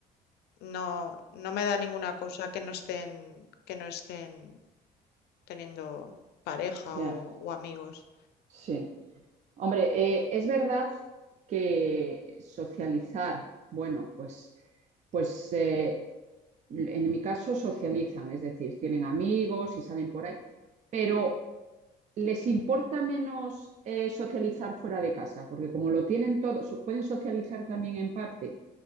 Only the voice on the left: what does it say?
no, no me da ninguna cosa que no estén, que no estén teniendo pareja
o, o amigos.